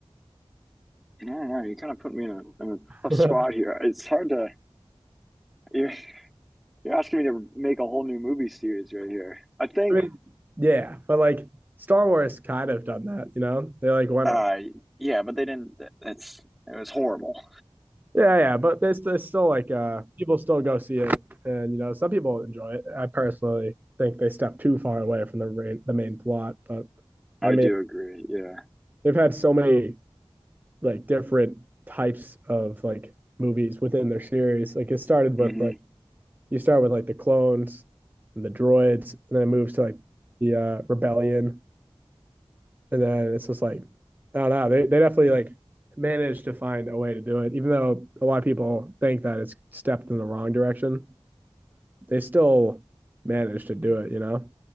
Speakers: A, in the centre; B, on the right (about 20°).
A: I don't know. You kind of put me in a, in a
B: <laughs>
A: tough
B: I
A: spot here. It's hard to you're, you're asking me to make a whole new movie series right here. I think
B: mean, yeah, but like Star Wars kind of done that, you know? They like went
A: uh yeah, but they didn't. It's it was horrible.
B: yeah, yeah, but there's, there's still like uh people still go see it, and you know some people enjoy it. I personally think they step too far away from the main the main plot, but
A: I
B: I mean
A: do agree. Yeah.
B: they've had so many like different types of like movies within their series. Like it started
A: hmm
B: with like you start with like the clones and the droids, and then it moves to like the uh, rebellion, And then it's just like, I don't know. They they definitely like managed to find a way to do it, even though a lot of people think that it's stepped in the wrong direction. They still managed to do it, you know.